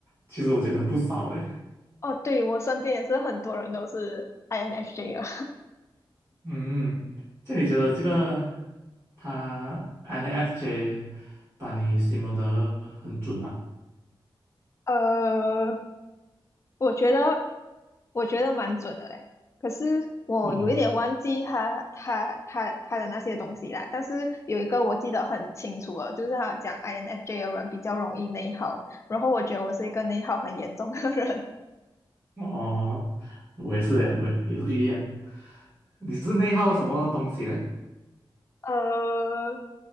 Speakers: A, on the right; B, on the left.
A: 其实我觉得不少诶。
B: <laughs> 哦，对，我身边也是很多人都是 INFJ 了。
A: 嗯，嗯这你觉得这个他 INFJ 把你形容得很准吗？
B: <laughs> 呃，我觉得我觉得蛮准的嘞，可是我有一点忘记他他他他的那些东西啦。
A: 是哦，
B: 但是有一个我记得很清楚了，就是他讲 INFJ 的人比较容易内耗，然后我觉得我是一个内耗很严重的人。
A: 哦，我也是诶，我也是一样。你是内耗什么东西嘞？
B: <laughs> 呃，